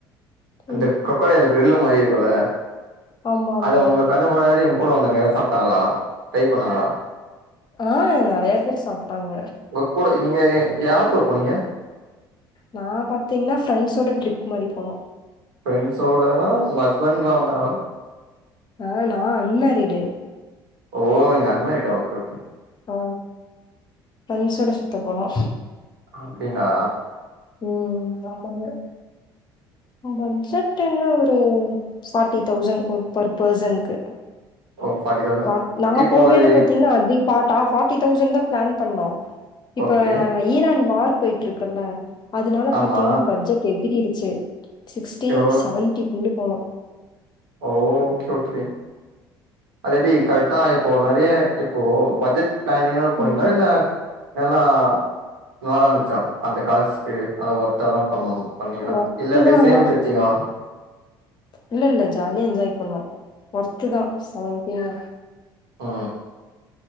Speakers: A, on the right (about 75°); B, on the left (about 35°).
A: அந்த
B: ம்
A: க்ரோக்கடைல்ல கிரில்லு மாரி இருக்கும்ல்ல
B: ஆமா ஆமா
A: அது உங்க கண்ணு முன்னாடி உங்க கூட வந்தவங்க யாராவது சாப்ட்டாங்களா ட்ரை பண்ணாங்களா
B: ஆ நறைய பேர் சாப்ட்டாங்க
A: உங்க கூட நீங்க யார் கூட போனீங்க
B: நா பாத்திங்கனா ஃப்ரெண்ட்ஸோட ட்ரிப் மாரி போனோ
A: ஃப்ரெண்ட்ஸ்சோடனா உங்க ஹஸ்பெண்ட்லா வந்தாங்களா
B: ஆ நா அன்மேரிடு
A: ஓ நீங்க அன்மேரிடா ஓகே ஓகே ஓகே
B: ஆ ஃப்ரெண்ஸோட சுத்த போனோ
A: அப்டிங்ளா
B: ம் ஆமாங்க பட்ஜெட் என்ன ஒரு ஃபாட்டி தௌசண் ஒரு பர் பர்சன்க்கு
A: ஓ ஃபார்ட்டி தௌசண்ட்
B: பாத் நா
A: இப்போ
B: போவேயில்ல
A: அது
B: பாத்திங்கலா அதி டா டா நு ஃபார்ட்டி தௌசண்ட் தா ப்ளான் பண்ணோ இப்ப
A: ஓகே
B: ஈரான் வார் போய்ட்டுருக்குல்ல அதனால
A: ஆமா
B: பாத்தீங்னா பட்ஜெட் எகிரிடுச்சு சிக்ஸ்ட்டி
A: எவ்ளோ
B: சவன்ட்டி கொண்டு போனோ
A: ஓ ஓகே ஓகே அது எப்டி கரெக்ட்டா இப்போ நறைய இப்போ பட்ஜெட் ப்ளனிங்னால போனீங்ளா
B: ம்
A: இல்ல நல்லா நல்லா இருந்துச்சா அந்த காசுக்கு நல்ல ஒர்த்தா தா பண்ணம் பண்ணீங்ளா
B: ஒர்த்து
A: இல்ல அப்டியே
B: தான்
A: சேமிச்சு
B: ஆனா
A: வச்சீங்களா
B: இல்ல இல்ல ஜாலியா என்ஜாய் பண்ணோ ஒர்த்துதா செவன் கேனா
A: ஆ